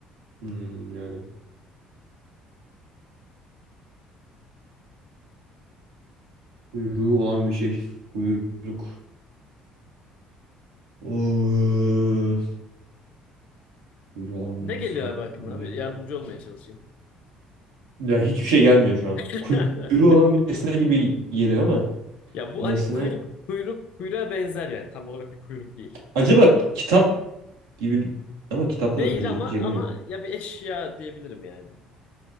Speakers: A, on the right (about 75°); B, on the left (about 60°).
A: Hmm, yani. Kuyruğu olan bir şey. Kuyruk. Oo. Kuyruğu olan
B: Ne
A: bir
B: geliyor
A: nesne.
B: abi aklına?
A: Öyle
B: Bir
A: mi?
B: yardımcı olmaya çalışayım.
A: Ya hiçbir şey gelmiyor şu an.
B: <laughs>
A: Kuyruğu olan bir nesne gibi geliyor ama
B: Ya bu
A: nesne...
B: hani kuyruk kuyruk kuyruğa benzer yani. Tam olarak bir kuyruk değil.
A: Acaba kitap gibi ama kitapta
B: Değil
A: da bence
B: ama
A: camı
B: ama
A: yok.
B: ya bir eşya diyebilirim yani.